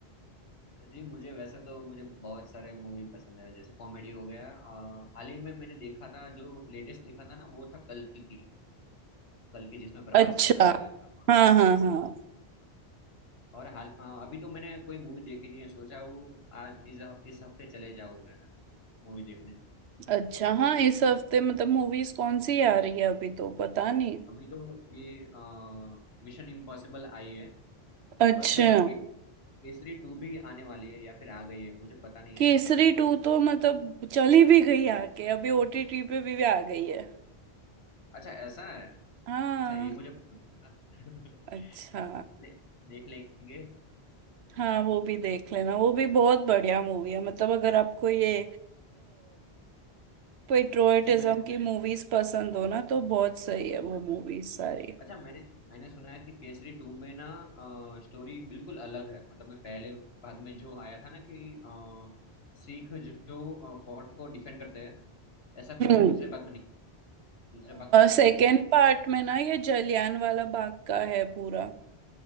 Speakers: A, on the left; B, on the right.
A: जी मुझे वैसे तो मुझे बहुत सारे मूवी पसंद है जैसे कॉमेडी हो गया अ, हाल ही में मैंने देखा था जो लेटेस्ट देखा था ना वो था कल की कल की जिसमें प्रभास
B: अच्छा
A: है
B: हाँ हाँ
A: जी
B: हाँ
A: और हाल अ, अभी तो मैंने कोई मूवी देखी नहीं है सोचा हूँ आज इस इस हफ्ते चले जाऊँ मैं मूवी देखने
B: अच्छा हाँ इस हफ्ते मतलब मूवीज कौन सी आ रही है अभी तो पता नहीं
A: अभी तो ये मिशन इम्पॉसिबल आई है
B: अच्छा
A: और शायद के, केसरी टू भी आने वाली है या फिर आ गई है मुझे पता नहीं
B: केसरी
A: है
B: टू तो मतलब चली भी गई आके अभी ओटीटी पे भी, भी आ गई है
A: अच्छा ऐसा है
B: हाँ
A: अच्छा ये मुझे पता नहीं था।
B: अच्छा
A: <laughs> ले, देख लेंगे
B: हाँ वो भी देख लेना वो भी बहुत बढ़िया मूवी है मतलब अगर आपको ये पेट्रोटिज्म
A: जी मैंने
B: की मूवीज पसंद हो ना तो बहुत सही है वो मूवीज सारी
A: अच्छा मैंने मैंने सुना है कि केसरी टू में ना स्टोरी बिल्कुल अलग है मतलब मैं पहले भाग में जो आया था ना कि अ, सिख जो फोर्ट को डिफेंड करते हैं ऐसा कुछ
B: हम्म
A: दूसरे भाग में नहीं दूसरा भाग पूरा
B: सेकेंड पार्ट में ना ये जलियान वाला बाग का है पूरा